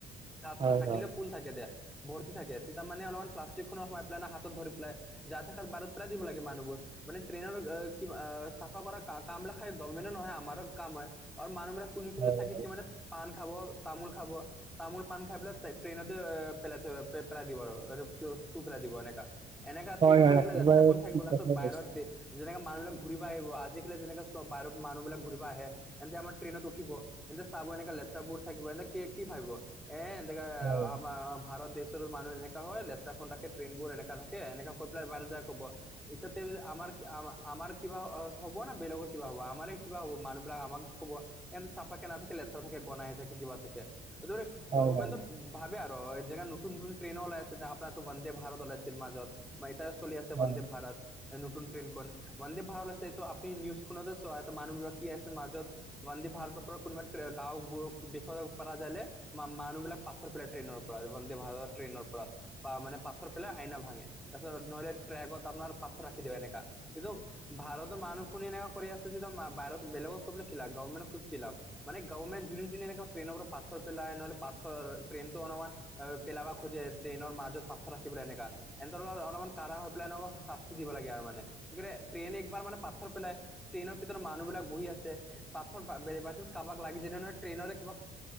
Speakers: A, in the centre; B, on the right (about 30°).
A: থা
B: হয়
A: থাকিলেও
B: হয় হয় হয়
A: ফুল থাকে দেয়া, ভৰ্তি থাকে তেতিয়া মানে অলপমান প্লাছ খনত সোমাই পেলাই না হাতত ধৰি পেলাই যা থকা বাৰত পেলাই দিব লাগে মানুহবোৰ মানে ট্ৰেইনৰ কিবা চাফা কৰা কাম বিলাক খাই গভমেন্টৰ নহয় আমাৰো কাম হয় আৰু মানুহ বিলাক কোনে কোনে
B: হয়
A: থাকে
B: হয়
A: কি মানে পাণ খাব তামোল খাব। তামোল পান খাই পেলাই ট্ৰে ট্ৰেইনতে পেলাই থৈ পেলাই দিব আৰু থু পেলাই দিব এনেকা। এনেকা
B: হয়
A: ট্ৰেইন
B: হয়
A: কৰি
B: একেবাৰে
A: পেলাই লেতেৰা কোন থাকিব
B: ঠিক কথা
A: সব বাহিৰত
B: কৈছে
A: দে যেনেকা মানুহিলাক ঘূৰিব আহিব আজিকালি যেনেকা সব বাহিৰত মানুহবিলাক ঘুৰিব আহে ইহঁতে আমাৰ ট্ৰেইনত উঠিব ইহঁতে চাব এনেকা লেতেৰাবোৰ থাকিব, এনেকে কি ভাবিব? এ এন্দেকা
B: হয়
A: আমাৰ ভাৰত দেশ মানুহ এনেকা হয় লেৰাখন ৰাখে ট্ৰেইনবোৰ এনেকা ৰাখে এনেকা কৈ পেলাই বাহিৰত যায় কব। ইতিয়াতে আমাৰ আমাৰ কিবা হ'ব না বেলেগৰ কিবা হ'ব? আমাৰে কিবা হ'ব মানুহবিলাক আমাক কব, ইহতে চাফাকে নাথাকে লেতেৰা থাকে গনাই থাকে কিবা থাকে। <unintelligible>
B: হয়
A: গৱমেণ্টত
B: হয়
A: ভাবে আৰু এই যেনেকে নতুন নতুন ট্ৰেইনো ওলাই আছে আপোনাৰ এইটো বন্দে ভাৰত ওলাইছিল মাজত। এতিয়াও চলি আছে
B: হয়
A: বন্দে ভাৰত। এ নতুন ট্ৰেইনখন, বন্দে ভাৰত আছে এইটো আপুনি নিউজ খনতে চোৱা মানুহবোৰৰ কি আছে মাজত বন্দে ভাৰতৰ পৰা কোনোবা ট্ৰে গাঁওবোৰো <unintelligible> ম মানুহ বিলাক পাথৰ পেলাই ট্ৰেইনৰ পৰা বন্দে ভাৰত ট্ৰেইনৰ পৰা। বা মানে পাথৰ পেলাই আইনা ভাঙে, তাৰপিছত নহলে ট্ৰেকত আপোনাৰ পাথৰ ৰাখি দিব এনেকা। এইটো ভাৰতৰ মানুহখনে এনেকা কৰি আছে যেতিয়া বাহিৰত বেলেগক কৈ পেলাই কি লাভ? গৰ্মেনক কৈ কি লাভ? মানে গভমেণ্ট যোনে যোনে এনেকা ট্ৰেইনৰ পৰা পাথৰ পেলাই নহ'লে পাথৰ ট্ৰেইনটো অনমান অ পেলাব খোজে ট্ৰেইনৰ মাজত পা্থৰ ৰাখিবলে এনেকা। ইহঁতৰ অলপমান কাঢ়া হৈ পেলাই এনেকুৱা শাস্তি দিব লাগে আও মানে, ট্ৰেইন একবাৰ মানে পাথৰ পেলাই ট্ৰেইনৰ ভিতৰত মানুহবিলাক বহি আছে পাথৰ বাইচাঞ্চ কাৰোবাক লাগি যদি নহয় ট্ৰেইন কিবা